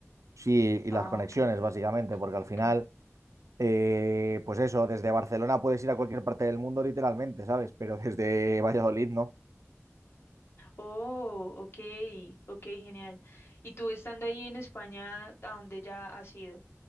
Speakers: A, on the right (about 85°); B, on the left (about 50°).
A: Sí, y
B: Ah,
A: las conexiones,
B: ok,
A: básicamente, porque al
B: ok.
A: final, eh, pues eso, desde Barcelona puedes ir a cualquier parte del mundo, literalmente, ¿sabes? Pero <laughs> desde Valladolid, ¿no?
B: Oh, ok, ok, genial. ¿Y tú estando ahí en España, a dónde ya has ido?